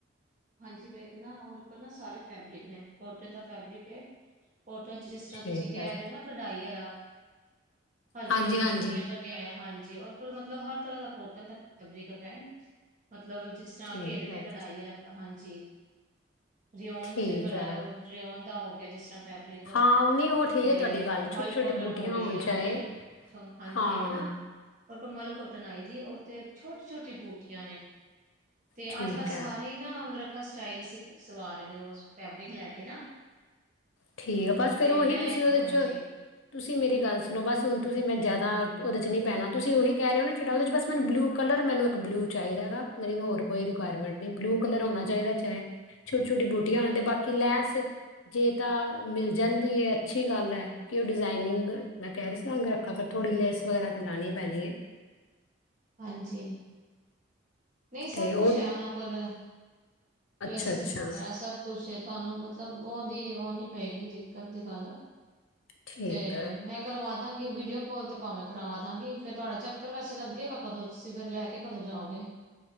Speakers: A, on the right; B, on the left.
A: <unintelligible> ਕੋਲ ਨਾ ਸਾਰੇ ਫੈਬਰਿਕ ਨੇ ਕੋਟਨ ਦਾ ਫੈਬਰਿਕ ਐ ਕੋਟਨ ਚ। ਜਿਸ ਤਰ੍ਹਾਂ
B: ਠੀਕ
A: ਤੁਸੀਂ ਕਹਿ
B: ਹੈ
A: ਰਹੇ ਹੋ ਨਾ ਕਢਾਈ ਆਲਾ ਹਲਕੀ
B: ਹਾਂਜੀ
A: ਹਲਕੀ
B: ਹਾਂਜੀ
A: ਬੂਟੀਆਂ ਆਇਆ ਹਾਂਜੀ ਔਰ ਕੋਈ ਮਤਲਬ ਹਰ ਤਰ੍ਹਾਂ ਦਾ ਕੋਟਨ ਦਾ ਫੈਬਰਿਕ ਹੈਗਾ ਮਤਲਬ ਜਿਸ ਜਾਂ
B: ਠੀਕ
A: ਘੇਰੇ ਤੇ
B: ਹੈ
A: ਕਢਾਈ ਆ ਹਾਂਜੀ। ਰਿਓਨ
B: ਠੀਕ
A: ਚ ਕਰਾਓ
B: ਹੈ
A: ਰਿਓਨ ਦਾ ਹੋ ਗਿਆ ਜਿਸ ਤਰ੍ਹਾਂ ਫੈਬਰਿਕ।
B: ਹਾਂ ਨਹੀਂ ਉਹ ਠੀਕ
A: ਤੇ
B: ਹੈ ਤੁਹਾਡੀ ਗੱਲ ਛੋਟੀ
A: ਮਲਕੋਟਨ
B: ਛੋਟੀ ਬੂਟੀਆਂ
A: ਹੋ ਗਈ
B: ਹੋਣ
A: ਆ ਉੱਥੇ,
B: ਚਾਹੇ
A: ਹਾਂਜੀ
B: ਹਾਂ
A: ਇੱਕ ਨਾ ਪਰ ਕਮਲ ਕੋਟਨ ਆਈ ਦੀ, ਉਤੇ ਛੋਟੀ ਛੋਟੀ ਬੂਟੀਆਂ ਨੇ, ਤੇ
B: ਠੀਕ
A: ਅੱਜ ਕੱਲ੍ਹ ਸਾਰੇ
B: ਹੈ
A: ਨਾ ਅੰਗ ਰੱਖਾ ਸਟਾਈਲ ਸੀਂ, ਸਵਾ ਰਹੇ ਨੇ, ਉਹ ਫੈਬਰਿਕ ਲੈ ਕੇ ਨਾ
B: ਠੀਕ ਆ ਬਸ ਫਿਰ
A: ਤੇ
B: ਉਹੀ,
A: ਮੈਂ
B: ਤੁਸੀਂ ਉਹਦੇ
A: ਹਾਂਜੀ
B: ਚ ਤੁਸੀਂ ਮੇਰੀ ਗੱਲ ਸੁਣੋ, ਬਸ ਹੁਣ ਤੁਸੀਂ ਮੈਂ ਜਿਆਦਾ ਉਹਦੇ ਚ ਨ ਨਹੀਂ ਪੈਣਾ ਤੁਸੀ ਉਹੀ ਕਹ ਰਹੇ ਹੋ ਨਾ, ਜੇੜਾ ਉਹਦੇ ਚ ਮੈਨੂੰ ਬਲੂ ਕਲਰ ਮੈਨੂੰ ਇੱਕ ਬਲੂ ਚਾਹੀਦਾ ਹੈਗਾ, ਮੇਰੀ ਹੋਰ ਕੋਈ ਰਿਕੁਇਰਮੈਂਟ ਨਹੀ, ਬਲੂ ਕਲਰ ਹੋਣਾ ਚਾਹੀਦਾ, ਚਾਹੇ ਛੋਟੀ ਛੋਟੀ ਬੂਟੀਆਂ ਹੋਣ, ਤੇ ਬਾਕੀ ਲੈਸ ਜੇ ਤਾਂ ਮਿਲ ਜਾਂਦੀ ਹੈ, ਅੱਛੀ ਗੱਲ ਹੈ, ਕਿ ਉਹ ਡਿਜ਼ਾਇਨਿੰਗ ਮੈਂ ਕਹਿ ਸਾਂ, ਅਗਰ ਤਾਂ ਫਿਰ, ਥੋੜ੍ਹੀ ਲੈਸ ਵਗੈਰਾ ਤਾਂ ਲਾਣੀ ਪੈਣੀ ਹੈ।
A: ਹਾਂਜੀ ਨਹੀਂ ਸਭ
B: ਤੇ ਉਹ
A: ਕੁਛ ਹੈ, ਉਹਨਾਂ ਕੋਲ ਲੇਸਿਸ
B: ਅੱਛਾ ਅੱਛਾ
A: ਵਗੈਰਾ, ਸਭ ਕੁਛ ਹੈ। ਤੁਹਾਨੂੰ ਮਤਲਬ ਉਹਦੀ ਉਹ ਨੀ ਪਏਗੀ, ਦਿੱਕਤ ਦੀ ਗੱਲ,
B: ਠੀਕ
A: ਤੇ
B: ਹੈ
A: ਮੈਂ ਕਰਵਾ ਦਾਂਗੀ, ਵੀਡੀਓ ਕਾਲ ਤੇ ਭਾਵੇਂ ਕਰਵਾ ਦਾਂਗੀ, ਫੇਰ ਤੁਹਾਡਾ ਚੱਕਰ ਵੈਸੇ ਲੱਗੇਗਾ ਕਦੋਂ, ਤੁਸੀਂ ਫਿਰ ਲੈ ਕੇ ਕਦੋਂ ਜਾਓਗੇ।